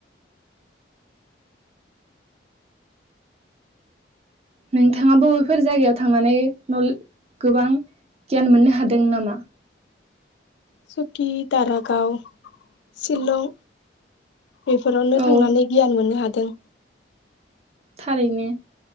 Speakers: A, on the right; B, on the left.
A: नोंथाङा बबेबाफोर जायगायाव थांनानै नले गोबां गियान मोननो हादों नामा?
B: सुकि, दारागाव, सिलं बेफोरावनो
A: औ
B: थांनानै गियान मोननो हा दों।
A: थारैनो।